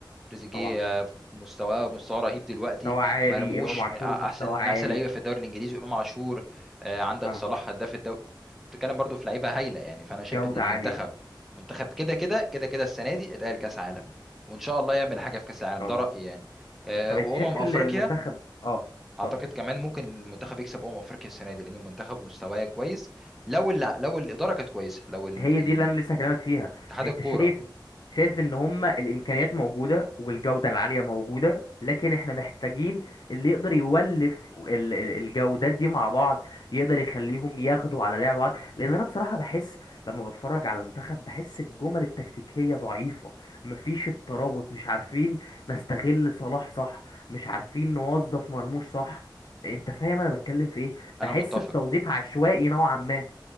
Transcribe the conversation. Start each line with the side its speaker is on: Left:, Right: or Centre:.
Centre: تريزيجيه
Left: طبعا
Centre: آه، مستواه مستواه رهيب دلوقتي
Left: مستوى عالي
Centre: مرموش
Left: إمام عاشور
Centre: من أ- احسن
Left: مستوى
Centre: من
Left: عالي
Centre: احسن لعيبه في الدوري الانجليزي امام عاشور آه، عندك
Left: فاهمك
Centre: صلاح هداف الدوري بتتكلم برضو في لعيبه هايله يعني فانا شايف
Left: جودة
Centre: ان المنتخب
Left: عالية
Centre: منتخب كده كده كده كده السنه دي اتقال كاس عالم وان شاء الله يعمل
Left: مم.
Centre: حاجه
Left: إن
Centre: في كاس العالم
Left: شاء
Centre: ده
Left: الله
Centre: رايي يعني آه،
Left: طب
Centre: وامم
Left: أنت شايف ال-
Centre: افريقيا
Left: المنتخب أه
Centre: اعتقد
Left: اتفضل
Centre: كمان ممكن المنتخب يكسب امم افريقيا السنه دي لان المنتخب مستواه كويس لو الل- لو الاداره كانت كويسه لو ال-
Left: هي
Centre: ال-
Left: دي اللي انا لسه هكلمك فيها
Centre: اتحاد
Left: انت
Centre: الكوره
Left: شايف شايف ان هما الامكانيات موجوده والجوده العاليه موجوده لكن احنا محتاجين اللي يقدر يولف ال- ال- الجودات دي مع بعض يقدر يخليهم ياخدوا على لعب بعض لان انا بصراحه بحس لما بتفرج على المنتخب بحس الجمل التكتيكيه ضعيفه مفيش الترابط مش عارفين نستغل صلاح صح مش عارفين نوظف مرموش صح انت فاهم انا بتكلم في ايه
Centre: انا
Left: بحس
Centre: متفق
Left: التوظيف عشوائي نوعا ما